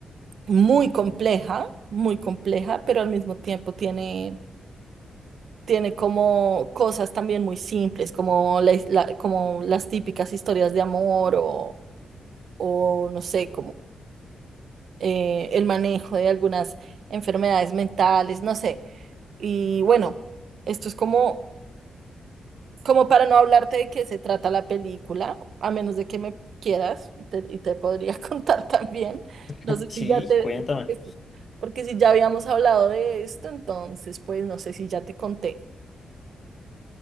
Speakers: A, on the right; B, on the left.
A: muy compleja, muy compleja, pero al mismo tiempo tiene... Tiene como cosas también muy simples, como, la his- la- como las típicas historias de amor o, o no sé, eh, el manejo de algunas enfermedades mentales, no sé. Y bueno, esto es como, como para no hablarte de qué se trata la película, a menos de que me quieras te- y te podría <laughs> contar también.
B: <laughs>
A: No sé
B: Sí,
A: si ya te,
B: cuéntame.
A: porque si porque si ya habíamos hablado de esto, entonces pues no sé si ya te conté.